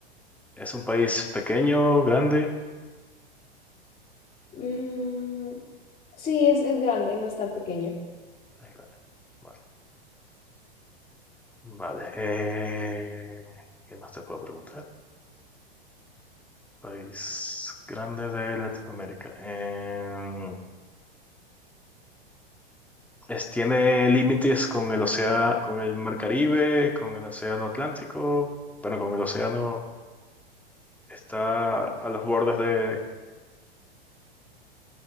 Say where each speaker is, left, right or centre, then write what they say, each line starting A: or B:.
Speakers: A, in the centre; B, on the left.
A: ¿es un país pequeño, grande?
B: Mm, Sí, es, es grande, no es tan pequeño.
A: Es grande. Vale. Vale. Eh, ¿qué más te puedo preguntar? País grande de Latinoamérica. Eh, ¿es, tiene límites con el océano, con el Mar Caribe, con el océano Atlántico? Bueno, con el océano está a los bordes de,